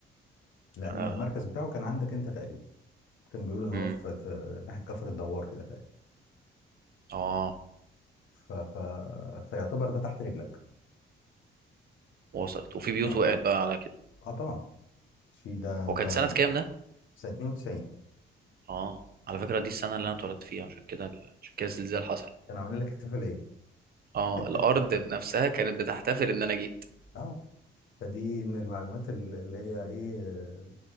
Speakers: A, on the left; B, on the right.
A: لان
B: حاجه
A: المركز بتاعه كان عندك انت تقريبا كان بيقول ان هو
B: امم
A: في في ناحيه كفر الدوار كده تقريبا
B: اه
A: ف... ف... فيعتبر ده تحت رجلك
B: وصلت وفي بيوت
A: اه
B: وقعت بقى على كده
A: اه طبعا في ده
B: هو كان
A: ده
B: سنة كام ده؟
A: سنة 92
B: اه على فكرة دي السنة اللي أنا اتولدت فيها عشان كده عشان كده الزلزال حصل
A: كان عامل لك احتفالية
B: اه
A: <laughs>
B: الأرض نفسها كانت بتحتفل إن أنا جيت
A: اه فدي من المعلومات ال- اللي هي ايه آه،